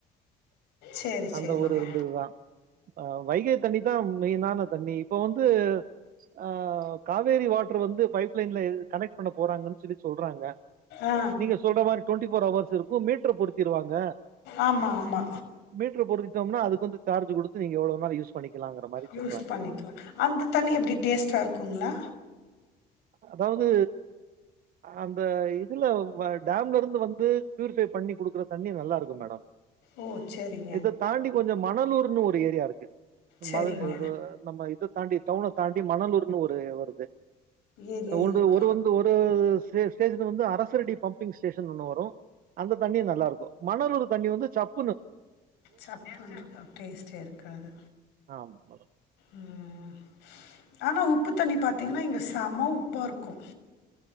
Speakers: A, on the left; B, on the right.
A: சரி
B: அந்த
A: சரிங்க
B: ஒரு ரெண்டுதுதா அ வைகை தண்ணிதா மெயினான தண்ணி இப்ப வந்து ஆ காவேரி வாட்டர் வந்து பைப் லைன்ல கனெக்ட் பண்ண போறாங்கன் சொல்லி சொல்றாங்க
A: ஆ
B: நீங்க சொல்ற மாரி ட்வெண்டி ஃபோர் ஹவர்ஸ் இருக்கும் மீட்டர் பொறுத்திருவாங்க
A: ஆமா ஆமா
B: மீட்டர் பொருத்திட்டோம்னா அதுக்கு வந்து சார்ஜ் குடுத்து நீங்க எவ்ளோவேணாலு யூஸ் பண்ணிக்கலாங்க மாரி
A: யூஸ்
B: சொல்றாங்க
A: பண்ணிக்கலாம் அந்த தண்ணி எப்டி டேஸ்ட்டா இருக்குங்களா
B: அதாவது அந்த இதுல டேம்ல இருந்து வந்து ப்யூரிஃபை பண்ணி குடுக்குற தண்ணி நல்லா இருக்கும் மேடம்
A: ஓ சேரிங்க
B: இத தாண்டி கொஞ்ச மணலூர்ன்னு ஒரு ஏரியா இருக்கு
A: சரிங்க
B: மத நம்ம இத தாண்டி டவுன தாண்டி மணலூர்ன்னு ஒரு வருது
A: ஏரியா
B: ஒரு
A: இருக்கு
B: ஒரு வந்து ஒரு ஸ்டேஷன் வந்து அரசரடி பம்பிங் ஸ்டேஷன் ஒன்னு வரு அந்த தண்ணி நல்லா இருக்கும் மணலூறு தண்ணி வந்து சப்
A: சப்புனு இருக்கு டேஸ்டே இருக்காது டேஸ்டே இருக்காது
B: ஆம் மேடம்
A: ம் ஆனா உப்பு தண்ணி பாதீங்கன்னா இங்க செம உப்பா இருக்கும்